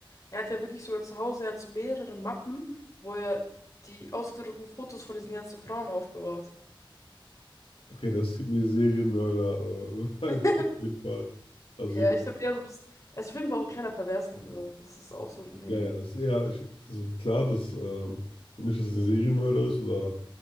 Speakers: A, on the left; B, on the left.
A: er hat ja wirklich sogar zu Hause, er hat so mehrere Mappen, wo er die ausgedruckten Fotos von diesen ganzen Frauen aufbewahrt.
B: Okay, das gibt mir Serienmörder-Vibes
A: <laughs>
B: <laughs> auf jeden Fall. Also,
A: Ja, ich glaube, er, so ein bisschen- er ist auf jeden Fall auch ein kleiner Perversling, so. Das ist auch so ein Ding.
B: ja, ja, ist eher, ich, also klar, dass, ähm, ich glaube nicht, dass es ein Serienmörder ist oder